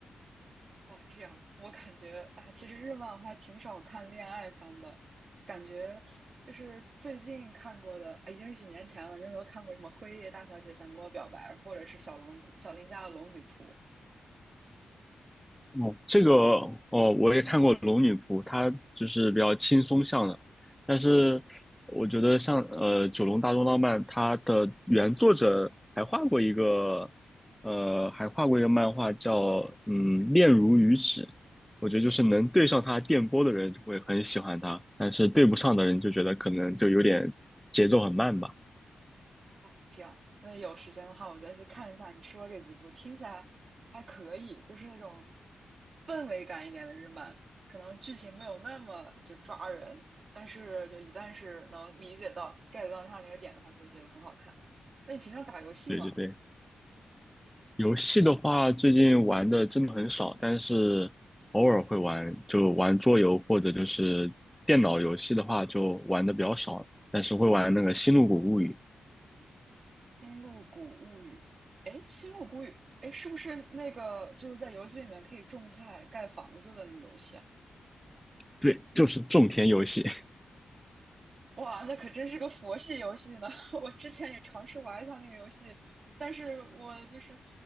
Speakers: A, on the right (about 60°); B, in the centre.
A: 哇，这样我感觉啊，其实日漫我还挺少看恋爱番的，感觉就是最近看过的，啊，已经是几年前了。你有没有看过什么《辉夜大小姐想跟我表白》，或者是小龙小林家的《龙女仆》
B: 哦，这个哦，我也看过《龙女仆》，它就是比较轻松向的，但是我觉得像呃《九龙大作浪漫》，它的原作者还画过一个呃，还画过一个漫画叫嗯《恋如雨止》，我觉得就是能对上它电波的人就会很喜欢它，但是对不上的人就觉得可能就有点节奏很慢吧。
A: 啊？这样，那有时间的话，我再去看一下你说这几部，听起来还可以，就是那种氛围感一点的日漫，可能剧情没有那么就抓人，但是就一旦是能理解到 get 到它那个点的话，就会觉得很好看。那你平常打游戏吗？
B: 对对对。游戏的话，最近玩的真的很少，但是偶尔会玩，就玩桌游或者就是电脑游戏的话，就玩的比较少，但是会玩那个《星露谷物语》，
A: 星露谷物语》。哎，《星露谷物语》哎，是不是那个就是在游戏里面可以种菜、盖房子的那个游戏啊？
B: 对，就是种田游戏。<laughs>
A: 哇，那可真是个佛系游戏呢！<laughs> 我之前也尝试玩一下那个游戏，但是我就是